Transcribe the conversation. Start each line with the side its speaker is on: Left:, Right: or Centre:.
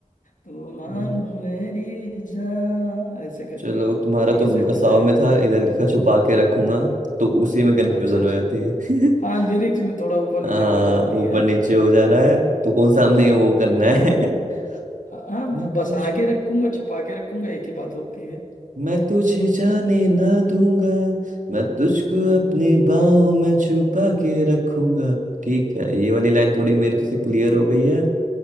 Left: तू मान
Right: हम्म।
Left: मेरी जान ऐसे करके
Right: चलो
Left: तो
Right: तुम्हारा तो
Left: ये सेट
Right: बसाव
Left: हो जाएगा
Right: में था इधर लिखा छुपा के रखूंगा तो उसी में कंफ्यूजन
Left: अच्छा अच्छा
Right: हो जाती है <laughs>
Left: हाँ लिरिक्स में थोड़ा ऊपर नीचे
Right: हाँ
Left: हो जाती
Right: ऊपर
Left: हैं
Right: नीचे हो जा रहा है तो कौन सा हमने
Left: अ,
Right: वो करना है <laughs>
Left: हाँ हाँ,
Right: मैं
Left: वो बसा
Right: तुझे
Left: के रखूंगा छुपा के रखूंगा एक ही बात होती है
Right: मैं तुझे जाने ना दूंगा मैं तुझको
Left: हम्म
Right: अपने बाहों में छुपा के रखूंगा ठीक है ये वाली लाइन थोड़ी मेरे से क्लियर हो गई है